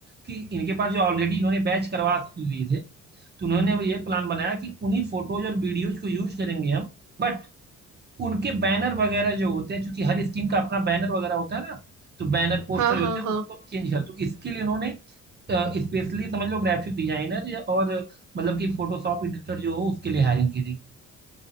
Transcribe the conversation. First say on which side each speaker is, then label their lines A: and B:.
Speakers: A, on the right; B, on the right.
A: कि इनके पास जो ऑलरेडी इन्होंने बैच करवा लिए थे तो उन्होंने ये प्लान बनाया कि उन्हीं फोटोज और वीडियोज को यूज करेंगे हम बट उनके बैनर वगैरह जो होते हैं क्योंकि हर स्कीम का अपना बैनर वगैरह होता है ना तो बैनर पोस्टर
B: हाँ हाँ
A: जो होते हैं
B: हाँ
A: उसको हम चेंज कर तो इसके लिए उन्होंने स्पेशली समझ लो ग्राफिक डिजाइनर या और मतलब कि फोटोशॉप एडिटर जो हो उसके लिए हायरिंग की थी